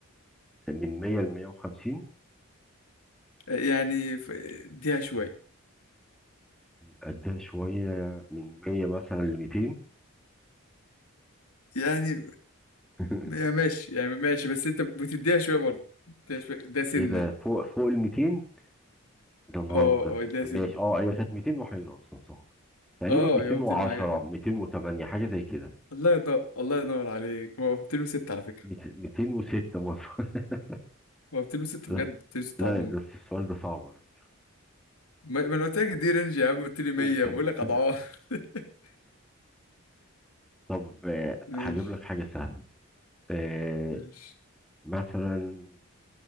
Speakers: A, in the centre; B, on the left.
A: من مية لمية وخمسين
B: يعني ف- اديها شوية
A: قدها شوية من مية مثلا لميتين
B: يعني
A: <laughs>
B: يا ماشي يعني ماشي بس أنت بتديها شوية برضه اديها شوية ده سنة
A: ايه ده فوق فوق الميتين ده نهار
B: اه
A: ابيض
B: اه ده
A: ماشي
B: سنة
A: اه هي كانت ميتين وحاجة اصلا صح تقريبا
B: اه
A: ميتين
B: يوم 200
A: وعشرة
B: وحاجة
A: ميتين وتمانية حاجة زي كده
B: الله ينور الله ينور عليك هو 206 على فكرة
A: ميت- ميتين وستة مثلا <laughs>
B: هو 206
A: لا
B: بجد 206
A: لا
B: عظمة
A: بس السؤال ده صعب على فكرة
B: ما ما انا قلت لك دي رينج يا عم قلت لي 100
A: <laughs>
B: بقول لك اضعاف <laughs>
A: طب آه،
B: ماشي
A: هجيب لك حاجة سهلة آه،
B: ماشي
A: مثلا